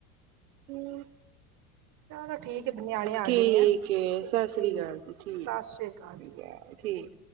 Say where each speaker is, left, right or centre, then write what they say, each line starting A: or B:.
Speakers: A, on the right; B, on the right.
A: ਹੂੰ,
B: ਚਲੋ ਠੀਕ ਹੈ ਨਿਆਣੇ ਆ
A: ਠੀਕ
B: ਗਏ ਨੇ ਹੈ,
A: ਐ,
B: ਠੀਕ
A: ਸਸ
B: ਠੀਕ
A: ਰੀ ਕਾਲ ਜੀ,
B: ਸਤਿ ਸ੍ਰੀ ਅਕਾਲ
A: ਠੀਕ ਐ ਠੀਕ।